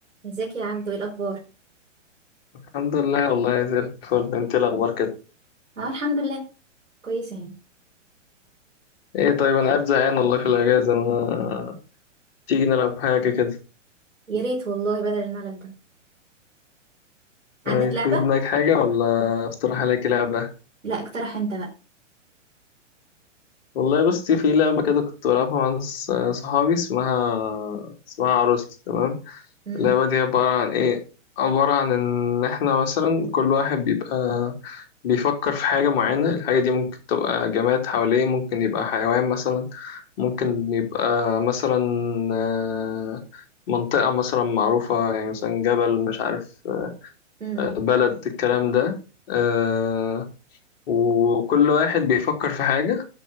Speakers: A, on the right (about 85°); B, on the left (about 50°).
A: ازيك يا عبدو ايه الاخبار
B: الحمد لله والله زي الفل انت إيه الاخبار كده
A: اه الحمد لله كويسه يعني
B: ايه طيب انا قاعد زهقان والله في الاجازه ما تيجي نلعب حاجه كده
A: يا ريت والله بدل الملل ده
B: طيب
A: عندك لعبه
B: في دماغك حاجه ولا اقترح عليك لعبه
A: لا اقترح انت بقى
B: والله بصي في لعبه كده كنت بلعبها مع ناس صحابي اسمها اسمها عروستي تمام
A: امم
B: اللعبه دي عباره عن ايه عباره عن ان احنا مثلا كل واحد بيبقى بيفكر في حاجة معينة الحاجة دي ممكن تبقى جماد حواليه ممكن يبقى حيوان مثلا ممكن يبقى مثلا آه، منطقة مثلا معروفة يعني مثلا جبل مش عارف
A: امم
B: آه، بلد الكلام ده آه، وكل واحد بيفكر في حاجة